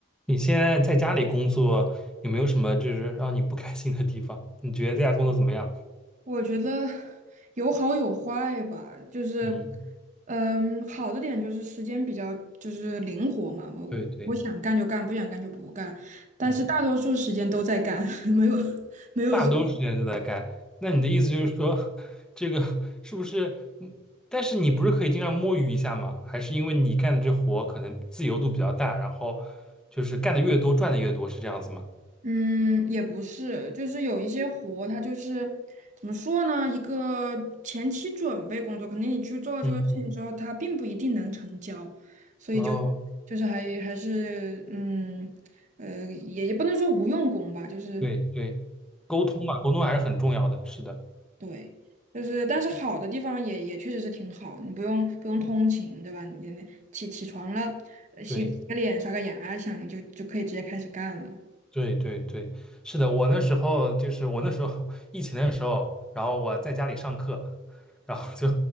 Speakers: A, in the centre; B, on the right (about 40°).
A: 你现在在家里工作，有没有什么就是让你不开心的地方？你觉得在家工作怎么样？
B: 我觉得有好有坏吧，就是，
A: 嗯，
B: 嗯，好的点就是时间比较就是灵活嘛，我我想干就干，
A: 对对，
B: 不想干就不干，但是大多数时间都在干，
A: 嗯，
B: <laughs> 没有没有说。
A: 大多数时间都在干。那你的意思就是说，这个是不是？嗯但是你不是可以经常摸鱼一下吗？还是因为你干的这活可能自由度比较大，然后就是干的越多，赚的越多，是这样子吗？
B: 嗯，也不是，就是有一些活，它就是怎么说呢？一个前期准备工作，肯定你去做这个事情之后，
A: 嗯嗯，
B: 它并不一定能成交，所以就
A: 哦，
B: 就是还还是嗯呃，也也不能说无用功吧，就是
A: 对对，沟通嘛，沟通还是很重要的，是的，
B: 对，就是但是好的地方也也确实是挺好，你不用不用通勤，对吧？你你起起床了，呃洗个脸、
A: 对。
B: 刷个牙，想就就可以直接开始干了。
A: 对对对，是的，我那时候就是我那时候 <laughs> 疫情的时候，然后我在家里上课，然后就